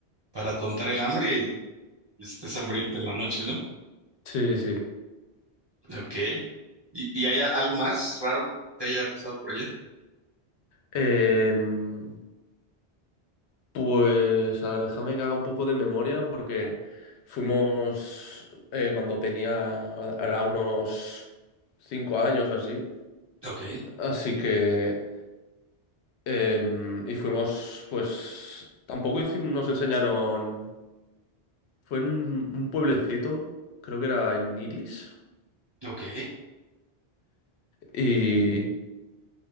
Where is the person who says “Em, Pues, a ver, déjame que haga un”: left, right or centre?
Left